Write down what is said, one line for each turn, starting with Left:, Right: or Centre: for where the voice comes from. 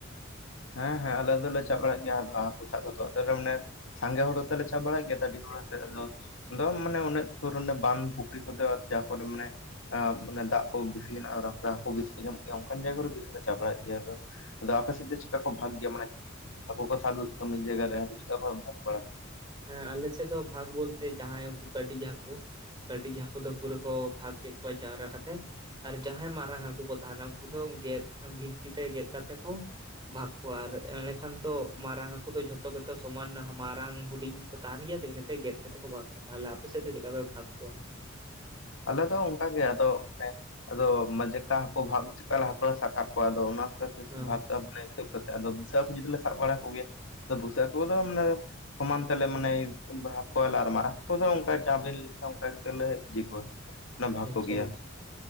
Left: ᱦᱮᱸ ᱦᱮᱸ, ᱟᱞᱮ ᱫᱚᱞᱮ ᱪᱟᱜ ᱵᱟᱲᱟᱜ ᱜᱮᱭᱟ ᱦᱟᱹᱠᱩ ᱥᱟᱵ ᱠᱚᱫᱚ ᱾ <inaudible> ᱥᱟᱸᱜᱮ ᱦᱚᱲ ᱛᱮᱞᱮ ᱪᱟᱜ ᱵᱟᱲᱟ ᱟᱹᱰᱤ ᱦᱚᱲ ᱛᱚ ᱟᱫᱚ ᱟᱫᱚ ᱢᱟᱱᱮ ᱩᱱᱟᱹᱜ ᱥᱩᱨ ᱵᱟᱢ ᱯᱩᱠᱷᱨᱤᱤ ᱠᱚᱫᱚ ᱡᱟᱦᱟᱸ ᱠᱚᱨᱮ ᱢᱟᱱᱮ ᱫᱟᱜ ᱠᱚ ᱵᱤᱥᱤ <unintelligible> ᱵᱮᱥᱤ ᱠᱚ ᱧᱟᱢᱚᱜ ᱜᱮᱭᱟ ᱚᱱᱠᱟᱱ ᱡᱟᱭᱜᱟ ᱨᱮᱨᱮ ᱵᱤᱥᱤ ᱪᱟ ᱵᱟᱲᱟᱭ ᱜᱮᱭᱟ ᱟᱫᱚ ᱟᱫᱚ ᱟᱯᱮ ᱥᱮᱫ ᱫᱚ ᱪᱤᱠᱠᱟ ᱠᱚ ᱵᱷᱟᱜᱽ ᱜᱮᱭᱟ ᱢᱟᱱᱮ ᱦᱟᱹᱠᱩ ᱠᱚ ᱥᱟᱜ <inaudible> <inaudible> ᱢᱤ ᱡᱟᱭᱜᱟ ᱨᱮ ᱦᱟᱠᱩ ᱪᱤᱠᱠᱟ ᱠᱚ ᱵᱷᱟᱜᱽ ᱵᱟᱲᱟᱜ?
Right: ᱦᱮᱸ ᱟᱞᱮ ᱥᱮᱫ ᱫᱚ ᱵᱷᱟᱜ ᱵᱚᱞ ᱡᱟᱦᱟᱸᱭ ᱩᱱᱠᱩ ᱠᱟᱹᱴᱤᱡ ᱦᱟᱹᱠᱩ ᱠᱟᱹᱴᱤᱡ ᱦᱟᱹᱠᱩ ᱫᱚ ᱯᱩᱨᱟᱹ ᱠᱚ ᱵᱷᱟᱜᱽ ᱠᱮᱜ ᱠᱚᱣᱟ ᱡᱟᱣᱨᱟ ᱠᱟᱛᱮᱜ ᱟᱨ ᱡᱟᱦᱟᱸᱭ ᱢᱟᱨᱟᱝ ᱦᱟᱹᱠᱩ ᱠᱚ ᱛᱟᱦᱮᱱᱟ ᱩᱱᱠᱩ ᱫᱚ ᱜᱮᱫ ᱵᱷᱤᱱᱛᱤ ᱛᱮ ᱜᱮᱫ ᱠᱟᱛᱮ ᱠᱚ ᱵᱷᱟᱜᱽ ᱠᱚᱣᱟ ᱟᱨ ᱮᱱᱮᱠᱷᱟᱱ ᱫᱚ ᱢᱟᱨᱟᱝ ᱦᱟᱹᱠᱩ ᱫᱚ ᱡᱷᱚᱛᱚ ᱜᱮᱛᱚ ᱥᱚᱢᱟᱱ ᱢᱟᱨᱟᱝ ᱦᱩᱰᱤᱧ ᱠᱚ ᱛᱟᱦᱮᱱ ᱜᱮᱭᱟ ᱜᱮᱫ ᱠᱟᱛᱮ ᱠᱚ ᱵᱷᱟᱜᱽ ᱠᱚᱣᱟ ᱾ᱛᱟᱦᱚᱞᱮ ᱟᱯᱮ ᱥᱮᱫ ᱫᱚ ᱪᱮᱫ ᱞᱮᱠᱟ ᱯᱮ ᱵᱷᱟᱜᱽ ᱠᱚᱣᱟ?
Left: ᱟᱞᱮ ᱫᱚ ᱚᱱᱠᱟᱜᱮ ᱟᱫᱚ ᱟᱱᱮ ᱟᱫᱚ ᱡᱮᱠ ᱠᱟ ᱦᱟᱹᱠᱩ ᱵᱷᱟᱜ ᱪᱮᱜ ᱠᱟᱞᱮ ᱦᱟᱹᱠᱩ ᱥᱟᱵ ᱟᱫᱚ ᱚᱱᱠᱟᱛᱮ <inaudible>
Right: ᱦᱚᱸ
Left: ᱵᱷᱟᱜ ᱦᱤᱥᱟᱹᱵ ᱠᱟᱛᱮᱫ ᱟᱫᱚ ᱵᱩᱥᱟᱟᱹᱠᱩ ᱡᱩᱫᱤᱮ ᱥᱟᱵ ᱵᱟᱲᱟ ᱠᱚᱜᱮᱭᱟ ᱟᱫᱚ ᱵᱩᱥᱟ ᱦᱟᱠᱩ ᱫᱚ ᱢᱟᱱᱮ ᱥᱚᱢᱟᱱ ᱛᱮᱞᱮ ᱢᱟᱱᱮ ᱵᱷᱟᱜᱷ ᱠᱚᱣᱟ ᱟᱨ ᱢᱟᱨᱟᱝ ᱠᱚ ᱫᱚ ᱚᱱᱠᱟ ᱡᱟᱵᱤᱱ ᱚᱝᱠᱟ ᱠᱟᱛᱮ ᱞᱮ ᱤᱭᱟᱹ ᱠᱚᱣᱟ᱾ ᱚᱱᱟ ᱵᱷᱟᱜᱽ
Right: ᱟᱪᱪᱷᱟ
Left: ᱠᱚᱜᱮᱭᱟ
Right: ᱟᱪᱪᱷᱟ